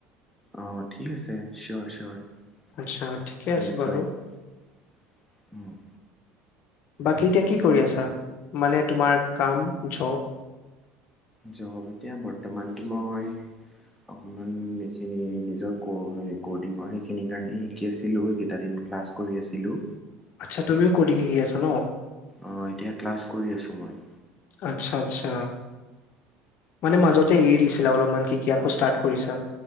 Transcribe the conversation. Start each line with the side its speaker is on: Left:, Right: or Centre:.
Centre: অঁ ঠিক আছে চিয়'ৰ চিয়'ৰ
Left: আচ্ছা ঠিকে আছে
Centre: নিশ্চয়
Left: বাৰু
Centre: ও।
Left: বাকী এতিয়া কি কৰি আছা মানে তোমাৰ কাম জব।
Centre: জব এতিয়া বৰ্তমানতো মই অকণমান এইখিনি নিজৰ ক-ক'ৰ্ডিঙৰ সেইখিনিৰ কাৰণে শিকি আছিলোঁ এইকেইটা দিন ক্লাছ কৰি আছিলোঁ।
Left: আচ্ছা তুমিও ক'ৰ্ডিঙ শিকি আছ ন।
Centre: অ এতিয়া ক্লাছ কৰি আছো মই।
Left: আচ্ছা-আচ্ছা মানে মাজতে এৰি দিছিলা অলপমান কি কি আকৌ ষ্টাৰ্ট কৰিছা।